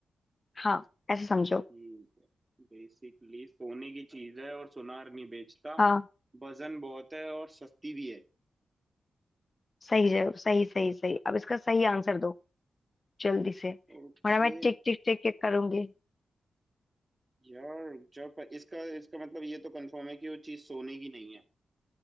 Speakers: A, on the left (about 40°); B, on the right (about 30°).
A: हाँ ऐसे समझो
B: ठीक है बेसिकली सोने की चीज है और सुनार नहीं बेचता
A: हाँ
B: वजन बहुत है और सस्ती भी है
A: सही जवाब सही सही सही अब इसका सही आंसर दो जल्दी से
B: ओके
A: वरना मैं टिक टिक टिक टिक करूंगी
B: यार जब इसका इसका मतलब ये तो कंफर्म है कि वो चीज सोने की नहीं है